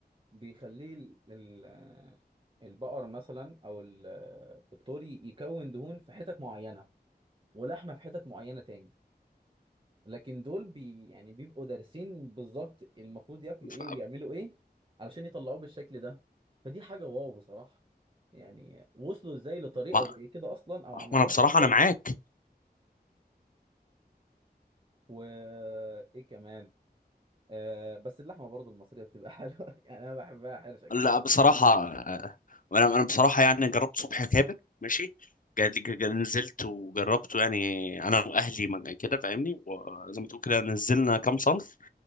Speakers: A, on the right; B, on the left.
A: بيخليه ال... ال- البقر مثلا او ال- الطوري يكون دهون في حتت معينه ولحمه في حتت معينه تاني لكن دول بي يعني بيبقوا دارسين بالظبط المفروض ياكلوا
B: ف...
A: ايه ويعملوا ايه علشان يطلعوه بالشكل ده فدي حاجة واو بصراحة يعني وصلوا ازاي لطريقة
B: ما...
A: زي كده اصلا او عملوها
B: وانا بصراحه
A: ازاي
B: انا معاك
A: وايه كمان آه بس اللحمة برضو المصرية بتبقى <laughs> حلوة يعني انا بحبها حرشة كده
B: لا
A: برضو
B: بصراحه آه، وانا انا بصراحه يعني جربت صبح كابر ماشي جا- جا- نزلت وجربته يعني انا واهلي من- كده فاهمني وزي ما تقول كده نزلنا كام صنف